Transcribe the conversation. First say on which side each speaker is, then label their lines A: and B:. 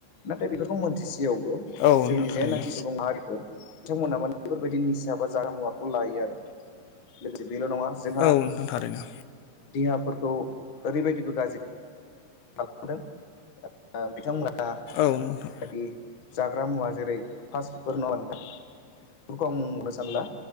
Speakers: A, on the left (about 70°); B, on the left (about 85°).
A: नाथाय बेफोरखौ मोनथिसेयाव
B: औ
A: जोंनि
B: नोंथां थारैनो
A: जेनाखि सुबुं माहारिफोर बिथांमोना मानोे बेफोरबायदि निसा बा जाग्रा मुवाखौ लायो आरो लोगोसे बेल' नङा जोंहा
B: औ नोंथां थारैनो
A: देहाफोरखौ ओरैबायदिबो गाज्रि खालामदों ओ बिथांमोनहा
B: औ
A: जानाखि
B: नोंथां
A: जाग्रा मुवा जेरै <unintelligible> बेफोरखौ आं सानला